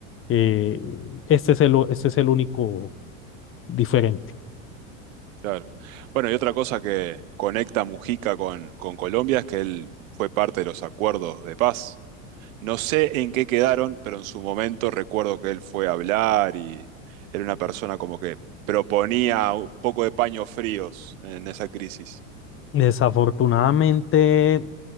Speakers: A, on the left (about 30°); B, on the right (about 70°).
A: Eh, este es el, este es el único diferente.
B: Claro. Bueno, y otra cosa que conecta Mujica con, con Colombia es que él fue parte de los acuerdos de paz. No sé en qué quedaron, pero en su momento recuerdo que él fue a hablar y era una persona como que proponía un poco de paños fríos en esa crisis.
A: Desafortunadamente,